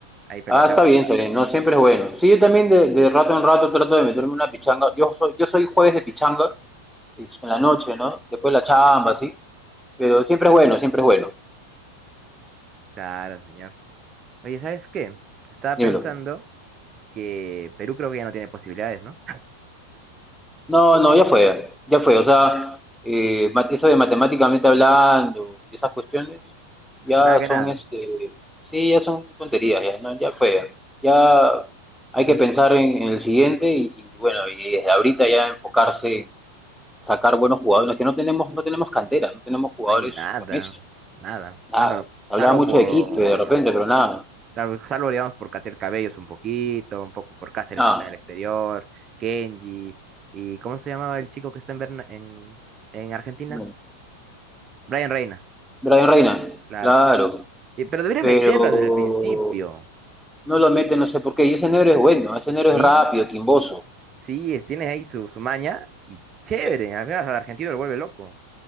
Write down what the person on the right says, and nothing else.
Ahí peloteamos.
un rato.
Claro, señor. Oye, ¿sabes qué? Estaba
pensando que Perú creo que ya no tiene posibilidades, ¿no?
Nada que
nada,
porque
no,
no hay nada,
nada.
Bueno,
salvo
por,
salvo, salvo, digamos, por Cater Cabellos un poquito, un poco por Cáceres
que está en el exterior, Kenji, y ¿cómo se llamaba el chico que está en, Berna- en, en Argentina?
Brian Reina,
claro.
Y- pero debería
meterlo desde el principio.
Sí,
sí, tiene ahí su, su maña. Y chévere,
al menos al argentino lo vuelve loco.